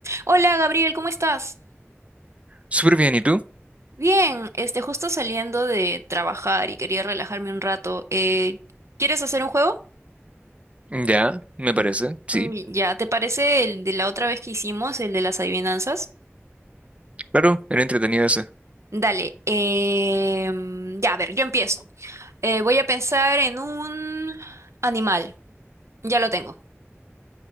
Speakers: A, on the right; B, on the right.
A: Hola Gabriel, ¿cómo estás?
B: Súper bien, ¿y tú?
A: Bien, este, justo saliendo de trabajar y quería relajarme un rato. Eh, ¿quieres hacer un juego?
B: Ya, me
A: Mm,
B: parece, sí.
A: mm, Ya, ¿te parece el de la otra vez que hicimos, el de las adivinanzas?
B: Claro, era entretenida esa.
A: Dale, eh, mm, ya, a ver, yo empiezo. Eh, voy a pensar en un animal. Ya lo tengo.